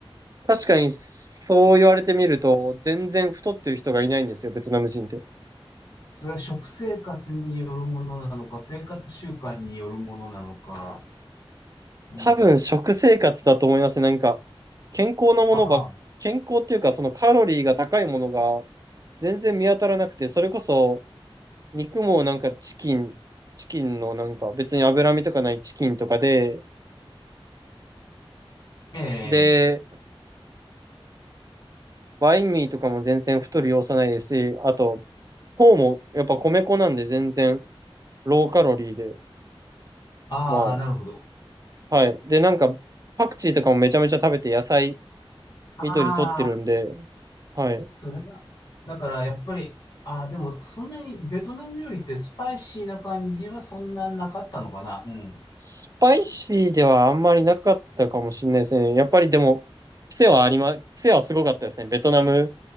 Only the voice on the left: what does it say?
それは食生活によるものなのか、生活習慣によるものなのか。うん、
ああ、
ええ
ああ、
なるほど。
ああ、
それが、だからやっぱり、ああ、でもそんなにベトナム料理ってスパイシーな感じはそんななかったのかな。うん。